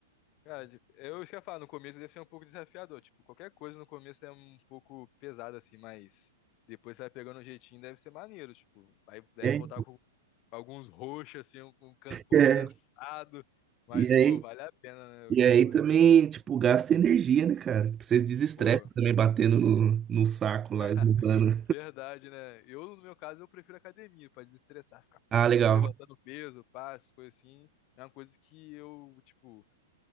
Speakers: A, on the left; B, on the right.
A: Cara, tipo, eu ia falar no começo deve ser um pouco desafiador, tipo, qualquer coisa no começo é um pouco pesada assim, mas depois você vai pegando um jeitinho, deve ser maneiro, tipo, vai deve
B: É,
A: voltar com alguns roxos assim, um, um can- corpo
B: é.
A: cansado, mas
B: E aí,
A: pô, vale a pena, né, o
B: e
A: esporte.
B: aí também, tipo, gasta energia, né, cara? Vocês desestressam
A: Pô,
B: também batendo
A: sim.
B: no, no saco
A: <laughs>
B: lá, esmurrando.
A: Verdade, né? Eu, no meu caso, eu prefiro academia pra desestressar, ficar,
B: Ah, legal.
A: pô, levantando peso, passo, coisa assim. É uma coisa que eu, tipo,